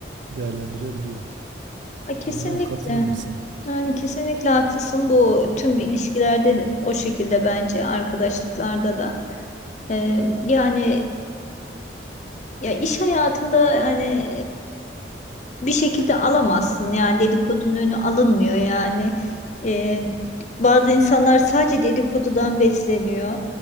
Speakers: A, on the right; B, on the left.
A: değerlendirebiliyor.
B: ha, kesinlikle.
A: Bilmem katılır mısın?
B: Yani kesinlikle haklısın. Bu tüm ilişkilerde o şekilde bence arkadaşlıklarda da. Ee, yani ya iş hayatında hani bir şekilde alamazsın yani dedikodunun önü alınmıyor yani Ee, bazı insanlar sadece dedikodudan besleniyor